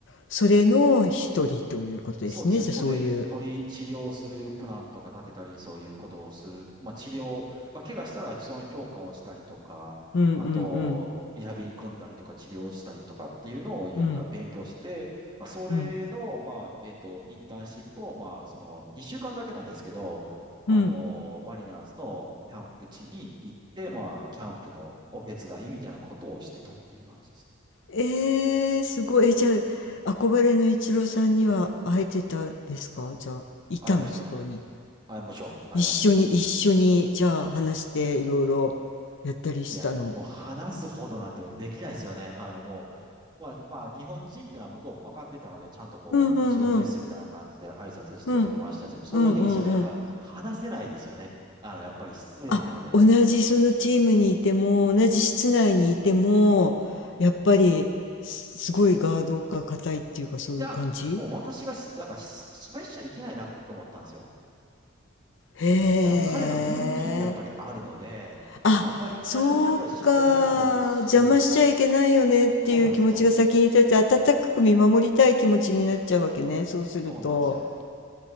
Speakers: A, on the left; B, on the right.
A: それの一人ということですねじゃあそういう
B: そうですよ。鳥、鳥治療するプランとか立てたり、そういうことをする。まあ治療、まあ怪我したらその評価をしたりとか、
A: うんうんうん
B: あと、リハビリ組んだりとか治療したりとかっていうのをや、
A: うん
B: 勉強して、まあそれの、
A: うん
B: まあ、えっと、インターンシップを、まあその2週間だけなんですけど、あの、
A: うん
B: マリナーズのキャンプ地に行って、まあキャンプのお手伝いみたいなことをしてたっていう感じです。
A: えー、すごい。え、じゃあ、憧れのイチローさんには会えてたですかじゃあ、いたの、
B: 会えました。
A: そこに。
B: 会えましょう。会えました。
A: 一緒に、一緒に、じゃあ、話して、いろいろやったりしたの。
B: いや、もう話すほどなんてできないですよね。あの、もう、まあ、まあ、日本人ってのは向こうも分かってたので、ちゃんとこう、
A: うんうんうん。
B: 一郎ですみたいな感じで挨拶してくれましたし、
A: うん。
B: もうそれだけですよね。
A: うんうんうん。
B: やっぱ、話せないですよね。あの、やっぱり失礼なので。
A: あ、同じそのチームにいても、同じ室内にいても、
B: うん。うん
A: やっぱり、すすごいガードが硬いっていうか、そういう感じ
B: いや、もう私がし、なんか、し失敗しちゃいけないなと思ったんですよ。
A: へえ。
B: やっぱ彼のルーティンってやっぱりあるので、
A: あ、
B: あんまり気さくにやっぱり喋れないですし、
A: そうか。邪魔しちゃいけないよねっていう気持ちが先に立って、
B: そうなんですよ。
A: 温かく見守りたい気持ちになっちゃうわけね。
B: うん、
A: そうすると。
B: そうなんですよ。